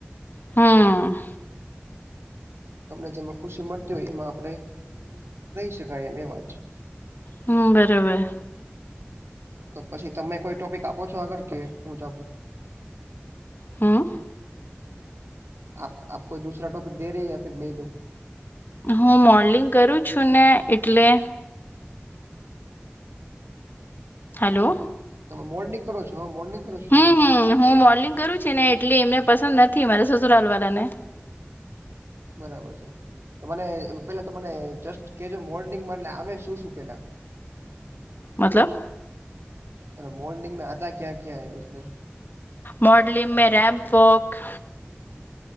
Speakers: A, on the left (about 50°); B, on the right (about 80°).
A: હમ.
B: તમને જેમાં ખુશી મળતી હોય, એમાં આપણેે રહી શકાય, એમ એ વાત છે.
A: હમ, બરોબર.
B: તો પછી તમે કોઈ ટોપિક આપો છો આગળ, કે હું જ
A: હમ.
B: આપ આપ કોઈ દૂસરા ટોપિક દે રહે હો, મેં દઉ? <inaudible>
A: હું મોડલિંગ કરું છું ને, એટલે. હલો.
B: તમે મોર્નિંગ કરો છો? હવે મોર્નિંગ કરો છો તે.
A: હમ હું મોડલિગ કરું છું ને, એટલે એમને પસંદ નથી, મારા સસુરાલ વાલા ને.
B: બરાબર છે. તો મને પેલા તો, મને જસ્ટ કે જે, મોડલિગ એટલે આવે શું શું પેલા? <unintelligible>
A: મતલબ?
B: અ, મોડલિગ મે આતા ક્યા ક્યા જોએ?
A: મોડલિંગમાં રેમ્પ વોક.